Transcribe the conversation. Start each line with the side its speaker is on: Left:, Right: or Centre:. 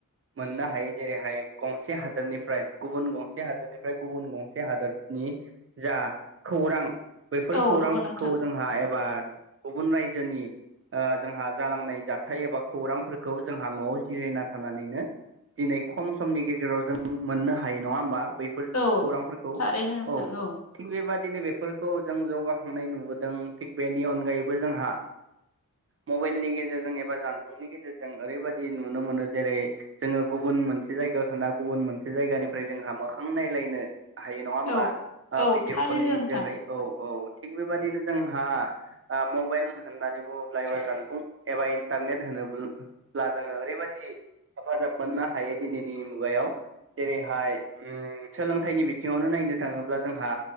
Right: मोननो हायो जेरैहाय गंसे हादोरनिफ्राय गुबुन गंसे हादोरनिफ्राय गुबुन गंसे हादोरनि जा खौरां बैफोर
Left: औ
Right: खौरांफोरखौ
Left: नंगौ नोंथां
Right: जों हा एबा गुबुन रायजोनि ओ जोंहा जालांनाय जाथाय एबा खौरांफोरखौ जोंहा न'आव जिरायना थानानैनो दिनै खम समनि गेजेराव जों मोन्नो हायो नङा होमबा बैफोर
Left: औ
Right: खौरांफोरखौ औ
Left: थारैनो नोंथां औ
Right: थिग बेबादिनो बेफोरखौ जों जौगाखांनाय नुबोदों थिग बेनि अनगायैबो जोंहा मबाइलनि गेजेरजों एबा जानबुंनि गेजेरजों ओरैबायदि नुनो मोनो जेरै जोङो गुबुन मोनसे जायगायाव थाना गुबुन मोनसे जायगानिफ्राय जोंहा मोखां नायलायनो हायो नङा होमबा?
Left: औ
Right: ओ
Left: औ
Right: भिडिअ'
Left: थारैनो
Right: कलनि
Left: नोंथां
Right: जोहै औ औ थिग बेबदिनो जोंहा ओ मबाइल होननानै बुङोब्लाबो एबा जानबुं एबा एनथारनेत होनो ब्ला जोङो ओरैबायदि हेफाजाब मोननो हायो दिनैनि मुगायाव। जेरैहाय ओ सोलोंथाइनि बिथिङावनो नायनो थाङोब्ला जोंहा